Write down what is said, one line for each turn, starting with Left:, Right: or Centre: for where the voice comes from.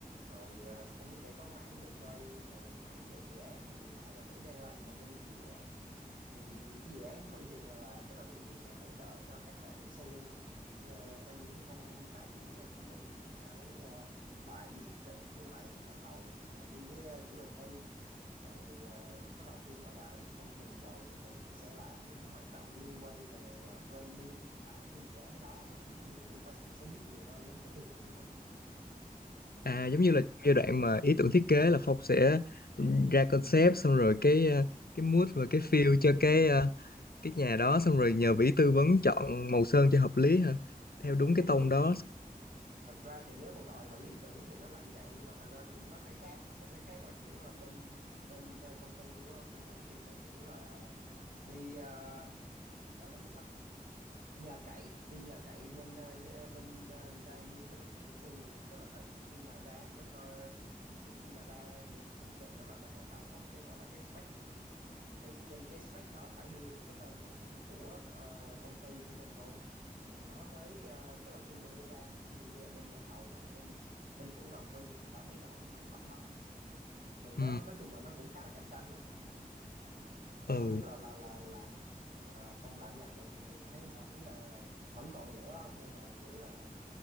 Right: rồi ờ, cũng sẽ có mảng về trade rồi mảng về dự án thì hiện tại là Vĩ đang làm về bên mảng dự án thì cái dự án của Vĩ thì là tức là Vĩ cũng sẽ hỗ trợ cho các bạn sale nhiều Ờ, trong những cái công tác giống như là chuẩn bị những cái ờ, bài đi thuyết trình với lại nhà thầu hoặc là đi với ờ, chủ đầu tư rồi thì à, bắt đầu khi mà vào được công trình rồi thì mình cũng sẽ làm những cái hoạt động liên quan về à, branding tại cái dự án đó để giống như kiểu người ta cũng sẽ biết nhiều hơn đến cái thương hiệu của mình á ừ.
Left: À giống như là giai đoạn mà ý tưởng thiết kế là Phong sẽ ra concept xong rồi cái ờ, cái mood và cái feel cho cái ờ, cái nhà đó xong rồi nhờ vĩ tư vấn chọn màu sơn cho hợp lý ha theo đúng
Right: Ừ,
Left: cái
Right: th-
Left: tông đó
Right: thật ra thì nếu mà gọi là lý tưởng thì nó là như vậy nhưng mà thật ra nó sẽ khác nó sẽ khác là kiểu là bên bên à, công ty của của Vĩ thì sẽ kiểu là đi à, gọi là gì ta nhờ cậy đi nhờ cậy bên à, d- à, bên à, design build với lại kiến trúc sư nhiều tức là tại vì khi mà ra một cái trước khi mà ra được công trình đó là nó sẽ phải có một cái gọi là cái spec thì trên cái spec đó phải đưa được cái tên sản phẩm của ờ, công ty của mình vô thì nó mới ờ, tức là khi mà đưa ra thì ví dụ như là bên nhà thầu hoặc là bên bên chủ đầu tư thì người ta mới chọn cái sản phẩm đó ừ. thì nó
Left: ừ.
Right: nói chung là nó cũng khá là cạnh tranh đó ừ. thì
Left: ừ
Right: không biết là là là làm à, Phong làm ngành này thì thì thấy sao ý là vẫn còn lửa không hay là kiểu là ừ,